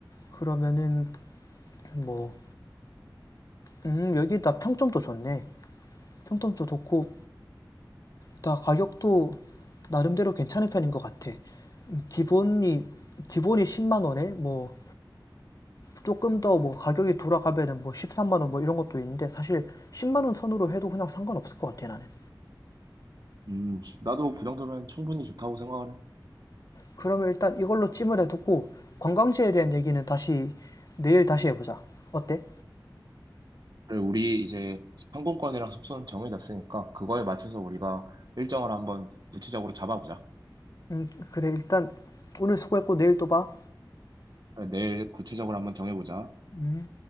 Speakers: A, on the left; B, on the right.
A: 그러면은 뭐, 음, 여기다 평점도 좋네. 평점도 좋고, 다 가격도 나름대로 괜찮은 편인 것 같아. 음, 기본이, 기본이 10만 원에 뭐, 조금 더 뭐 가격이 돌아가면은 뭐 13만 원 뭐 이런 것도 있는데 사실 10만 원 선으로 해도 그냥 상관없을 것 같아 나는.
B: 음, 나도 그 정도면 충분히 좋다고 생각을 해.
A: 그러면 일단 이걸로 찜을 해두고 관광지에 대한 얘기는 다시 내일 다시 해보자. 어때?
B: 그래, 우리 이제 항공권이랑 숙소는 정해졌으니까 그거에 맞춰서 우리가 일정을 한번 구체적으로 잡아보자.
A: 음, 그래 일단 오늘 수고했고 내일 또 봐.
B: 그래, 내일 구체적으로 한번 정해보자.
A: 음.